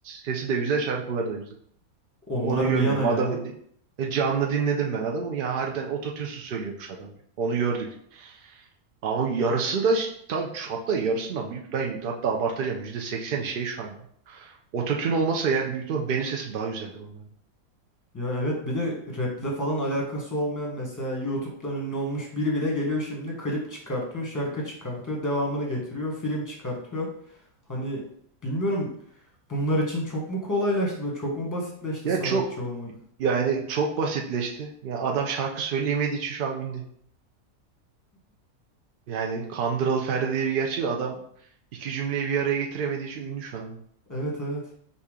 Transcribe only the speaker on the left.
Onlar
bir yana ya.
Ya evet bir de raple falan alakası olmayan mesela YouTube'dan ünlü olmuş biri bile geliyor şimdi klip çıkartıyor, şarkı çıkartıyor, devamını getiriyor, film çıkartıyor. Hani bilmiyorum bunlar için çok mu kolaylaştı böyle çok mu basitleşti
sanatçı
olmak?
Evet evet.